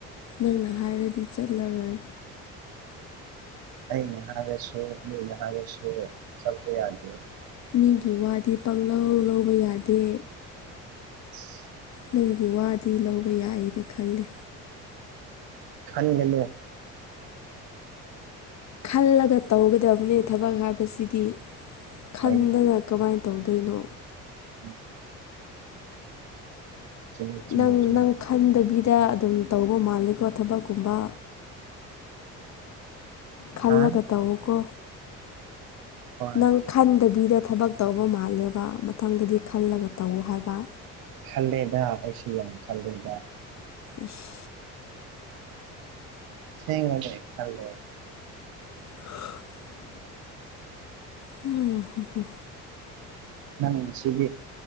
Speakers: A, on the left (about 50°); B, on the right (about 70°).
A: ꯅꯪꯅ ꯍꯥꯏꯔꯗꯤ ꯆꯠꯂꯔꯣꯏ꯫
B: ꯑꯩꯅ ꯍꯥꯏꯔꯁꯨ ꯃꯤꯅ ꯍꯥꯏꯔꯁꯨ ꯆꯠꯄ ꯌꯥꯗꯦ꯫
A: ꯃꯤꯒꯤ ꯋꯥꯗꯤ ꯄꯥꯡꯂꯧ ꯂꯧꯕ ꯌꯥꯗꯦ꯫
B: ꯏꯁ꯫
A: ꯅꯪꯒꯤ ꯋꯥꯗꯤ ꯂꯧꯕ ꯌꯥꯏꯌꯦꯅ ꯈꯜꯂꯦ꯫
B: ꯈꯟꯒꯅꯨ꯫
A: ꯈꯜꯂꯒ ꯇꯧꯒꯗꯕꯅꯦ ꯊꯕꯛ ꯍꯥꯏꯕꯁꯤꯗꯤ ꯈꯟꯗꯅ
B: ꯍꯥꯏꯅ
A: ꯀꯃꯥꯏꯅ ꯇꯧꯗꯣꯏꯅꯣ꯫
B: ꯎꯝ꯫ ꯆꯨꯝꯃꯤ ꯆꯨꯝꯃꯤ
A: ꯅꯪ
B: ꯆꯨꯝꯃꯤ
A: ꯅꯪ ꯈꯟꯗꯕꯤꯗ ꯑꯗꯨꯝ ꯇꯧꯕ ꯃꯥꯜꯂꯦꯀꯣ ꯊꯕꯛꯀꯨꯝꯕ꯫ ꯈꯜꯂꯒ
B: ꯍꯥ
A: ꯇꯧꯋꯣꯀꯣ
B: ꯍꯣꯏ
A: ꯅꯪ ꯈꯟꯗꯕꯤꯗ ꯊꯕꯛ ꯇꯧꯕ ꯃꯥꯜꯂꯦꯕ ꯃꯊꯪꯗꯗꯤ ꯈꯜꯂꯒ ꯇꯧꯋꯣ ꯍꯥꯏꯕ꯫
B: ꯈꯜꯂꯦꯗ ꯑꯩꯁꯨ ꯌꯥꯝ ꯈꯜꯂꯦꯗ꯫
A: ꯏꯁ꯫
B: ꯑꯁꯦꯡꯕꯅꯦ ꯈꯜꯂꯦ꯫
A: <unintelligible> ꯎꯝ ꯍꯨꯝꯍꯨꯝ꯫
B: ꯅꯪ ꯉꯁꯤꯒꯤ